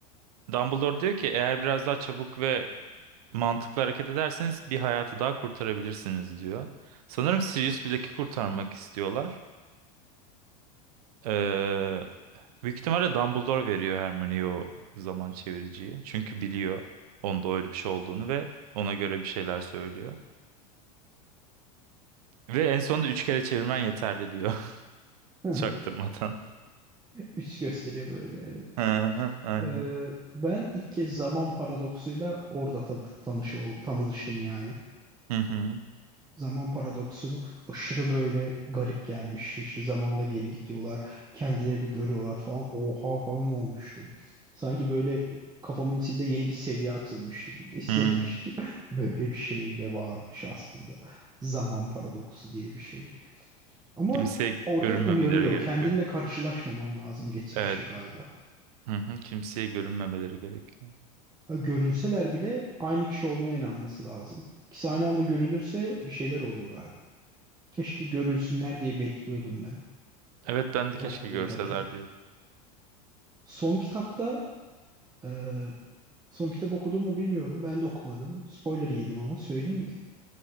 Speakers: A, on the right; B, on the right.
A: Dumbledore diyor ki eğer biraz daha çabuk ve mantıklı hareket ederseniz bir hayatı daha kurtarabilirsiniz diyor. Sanırım Sirius Black'i kurtarmak istiyorlar. Ee, büyük ihtimalle Dumbledore veriyor Hermione'ye o zaman çeviriciyi. Çünkü biliyor onda öyle bir şey olduğunu ve ona göre bir şeyler söylüyor. Ve en sonunda üç kere çevirmen yeterli diyor <laughs>
B: <laughs> Hı.
A: çaktırmadan.
B: Üç gösteriyor böyle evet.
A: <laughs> Hı hı, Aynen.
B: Ee, ben ilk kez zaman paradoksuyla orada tan tanış ol- tanıştım yani.
A: Hı hı.
B: zaman paradoksunu aşırı böyle garip gelmişti. İşte zamanda geri gidiyorlar, kendilerini görüyorlar falan. Oha falan olmuştum. Sanki böyle kafamın içinde yeni bir seviye atılmıştı gibi <laughs> hissetmiştim.
A: Hı.
B: Böyle bir şey de varmış aslında. Zaman paradoksu diye bir şey. Ama
A: Kimseye
B: orada
A: görünmemeleri
B: uyarıyor.
A: gerekiyor.
B: Kendinle karşılaşmaman lazım geçmişte
A: Evet.
B: galiba.
A: Hı hı, kimseye görünmemeleri gerekiyor.
B: Ha, Görünseler bile aynı kişi olduğuna inanması lazım. İkisi aynı anda görülürse bir şeyler oluyor galiba. Keşke görülsünler diye bekliyordum ben.
A: Evet ben de keşke
B: oluyor
A: görseler
B: acaba?
A: diyor.
B: Son kitapta e, son kitap okudun mu bilmiyorum. Ben de okumadım. Spoiler yedim ama söyleyeyim mi?